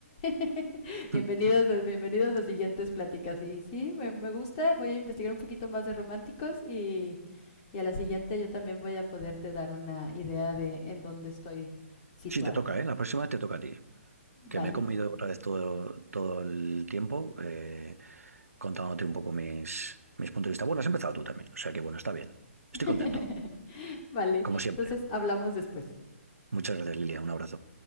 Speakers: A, on the left (about 35°); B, on the right (about 85°).
A: <laughs>
B: <laughs>
A: bienvenidos, eh, bienvenidos a las siguientes pláticas. Y sí, me, me gusta, voy a investigar un poquito más de románticos y, y a la siguiente yo también voy a poderte dar una idea de en dónde estoy situada.
B: Sí, te toca, ¿eh? La próxima vez te toca a ti. Que
A: Vale.
B: me he comido otra vez todo, todo el tiempo eh, contándote un poco mis, mis puntos de vista. Bueno, has empezado tú también, o sea que bueno, está bien.
A: <laughs>
B: Estoy contento,
A: Vale,
B: como siempre.
A: entonces hablamos después.
B: Muchas gracias, Lilia. Un abrazo.